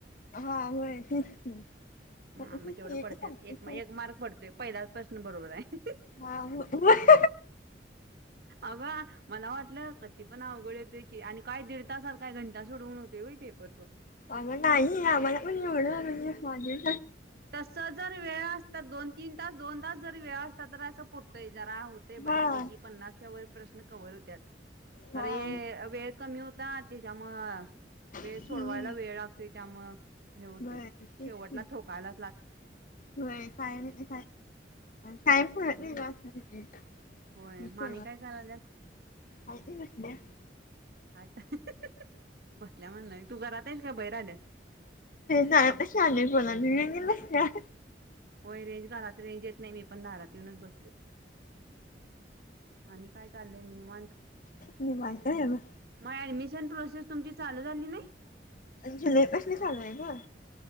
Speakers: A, on the left (about 50°); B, on the right (about 60°).
A: हा होय तेच की
B: हा मग तेवढं पडत्यात
A: <unintelligible>
B: एक मार्क पडतोय पहिलाच प्रश्न बरोबर आहे.
A: हा होय.
B: अगं मला वाटलं कती पण अवघड येत. आणि काय दीड तासात काय घंटा सोडवून होते वई पेपर तो
A: आग नाही आम्हाला पण एवढ म्हणजे माझे.
B: तस जर वेळ असतात दोन तीन तास दोन तास जरी वेळ असतात तर असं पुरतं य जरा होते
A: पण हा
B: बऱ्यापैकी पननास च्या वर प्रश्न कव्हर होतत्यात
A: हा
B: खर कमी होता त्याच्यामूळ वेळ
A: हम्म
B: सोडवायला वेळ लागते त्यामुळ. हे होत
A: होय तेच
B: शेवटला
A: की
B: ठोकायला
A: होय काही का काही पत
B: हम्म
A: नाही <unintelligible>
B: होय
A: यती
B: मामी काय कराल्यात
A: कसल्या
B: आ बसल्या म्हण नाही तू घरात आहेस का बाहेर आलेस
A: जाशानणी पला दि नाही
B: होय रेंज दारात रेंज येत नाही मी पण दारात येऊनच बसले. आणि काय चाललंय मग निवांत
A: निवांत आहे बघ
B: मग ऍडमिशन प्रोसेस तुमची चालू झाली नाही
A: जुलैपासून चालू आहे ना